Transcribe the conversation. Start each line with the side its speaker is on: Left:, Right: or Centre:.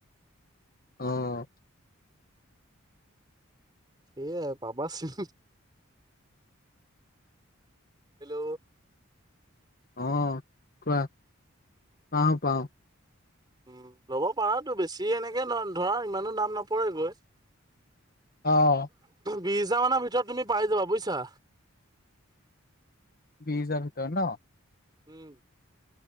Left: আহ
Right: সেয়াই পাবা চোন। হেল্ল'
Left: অহ কোৱা পাও পাও।
Right: উ ল'ব পাৰাতো বেছি এনেকে ধৰা ইমানো দাম নপৰেগৈ।
Left: অ'।
Right: বিশ হাজাৰ মানৰ ভিতৰত তুমি পাই যাবা বুইছা।
Left: বিশ হাজাৰ ভিতৰত ন।
Right: উম